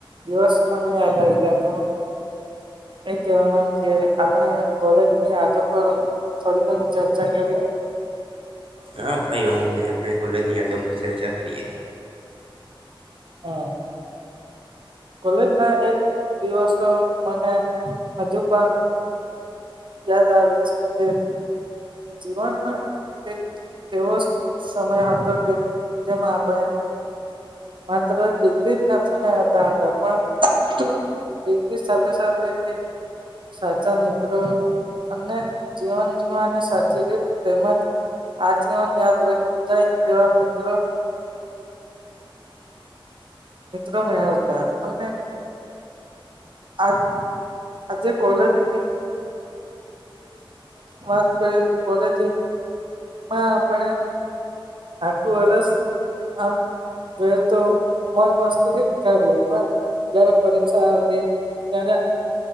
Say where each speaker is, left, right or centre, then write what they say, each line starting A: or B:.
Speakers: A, on the right (about 60°); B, on the right (about 80°).
A: દિવસો મને યાદ આવી ગ્યા તો હુ. એ કહેવા માગુ કે આપણે કોલેજની આદો પર થોડી ઘણી ચર્ચા કરીએ
B: હા, કઈ વાત નહી આપણે કોલજની યાદો પર ચર્ચા કરીએ.
A: હા કોલેજ ના એક દિવસો મને હજુ પણ યાદ આવે છ છે. જીવનમાં કંઈક એવો સમય હતો, કે જેમાં આપણે માત્ર <unintelligible> નાથને આવતા હતા પણ ઇંગી સાથે સાથે સાચા મિત્રો અને જીવન જીવવા અને સ તેમજ આજીવન યાદ રખ જાય તેવા મિત્રો મિત્રો મળેલ હતા અને આ આજે કોલેજની વાત કરીએ તો કોલેજમાં આપણે આખું વરસ આમ જો એ તો મોજ મસ્તીથી જ કરીએ પણ જયારે પરીક્ષા આવીએ ત્યારે